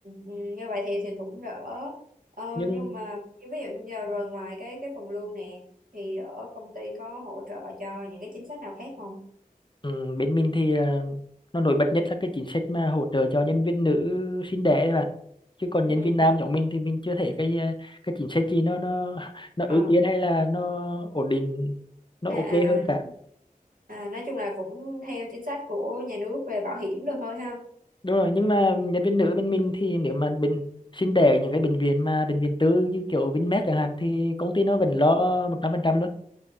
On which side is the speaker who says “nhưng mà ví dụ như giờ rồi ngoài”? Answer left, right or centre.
Right